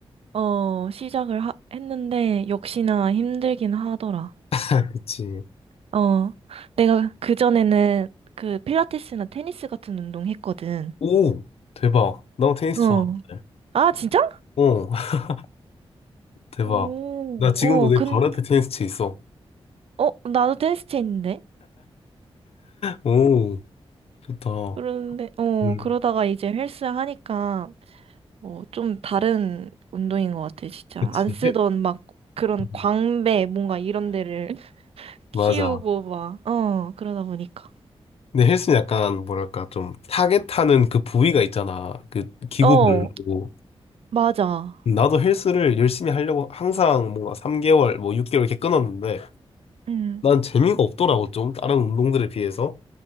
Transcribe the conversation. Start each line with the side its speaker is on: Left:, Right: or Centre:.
Right: 어, 시작을 하- 했는데, 역시나 힘들긴 하더라.
Left: <laughs> 그치.
Right: 어, 내가 그전에는 그 필라테스나 테니스 같은 운동 했거든.
Left: 오, 대박. 나 테니스
Right: 어.
Left: 좋아하는데.
Right: 아, 진짜?
Left: 어, <laughs> 대박.
Right: 오,
Left: 나 지금도
Right: 어,
Left: 내
Right: 근,
Left: 바로 옆에 테니스채 있어.
Right: 어, 나도 테니스 채인데?
Left: 오. 좋다.
Right: 그런데, 어,
Left: 음,
Right: 그러다가 이제 헬스 하니까, 어, 좀 다른 운동인 것 같아, 진짜.
Left: 그치.
Right: 안 쓰던
Left: 헬-
Right: 막 그런
Left: 음,
Right: 광배, 뭔가 이런 데를 <laughs> 키우고
Left: 맞아.
Right: 막, 어, 그러다 보니까.
Left: 근데 헬스는 약간, 뭐랄까, 좀, 타겟하는 그 부위가 있잖아. 그, 기구별로.
Right: 어, 맞아.
Left: 나도 헬스를 열심히 하려고 항상 뭔가 3개월, 뭐 6개월 이렇게 끊었는데,
Right: 응,
Left: 난 재미가 없더라고, 좀. 다른 운동들에 비해서.